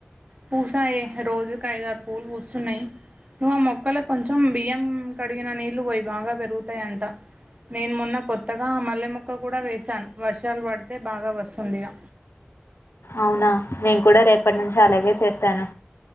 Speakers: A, on the right; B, on the left.
A: పూసా ఏ రోజు లేద పూలు పూస్తున్నాయ్ మమ్ మొక్కలు కొంచెం బియ్యం కడిగిన నీళ్ళు పోయి బాగా పెరుగుతాయంట. నేను మొన్న కొత్తగా మల్లె మొక్క కూడా వేసాను. వర్షాలు పడితే బాగా వస్తుందిగా.
B: అవునా నేను కూడా రేపు ఇప్పటి నుంచి అలాగే చేస్తాను.